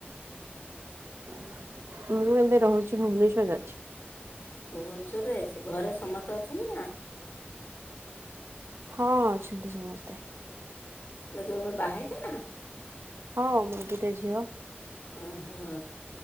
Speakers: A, on the right; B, on the left.
A: ମୁଁ ଏବେ ରହୁଛି ଭୁବନେଶ୍ଵର ଅଛି।
B: ଭୁବନେଶ୍ୱରରେ ସେ ଘରେ ସମସ୍ତେ ଅଛନ୍ତି ନା?
A: ହଁ ଅଛନ୍ତି ସମସ୍ତେ।
B: ଲୋ ତମେ ବାହା ହେଇଛ ନା?
A: ହଁ ମୋର ଦିଟା ଝିଅ।
B: ଅ ହ